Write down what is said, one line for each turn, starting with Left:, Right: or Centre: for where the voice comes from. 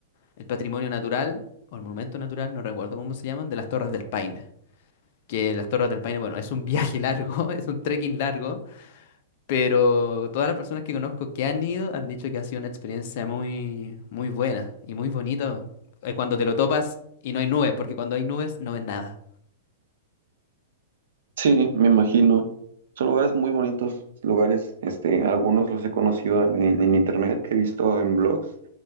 Left: el patrimonio natural o el monumento natural, no recuerdo cómo se llaman, de las Torres del Paine. Que las Torres del Paine, bueno, es un viaje largo, <laughs> es un trekking largo, pero todas las personas que conozco que han ido han dicho que ha sido una experiencia muy, muy buena y muy bonita cuando te lo topas y no hay nubes, porque cuando hay nubes no ves nada.
Right: Sí, me imagino. Son lugares muy bonitos, lugares, este, algunos los he conocido en, en internet, que he visto en blogs.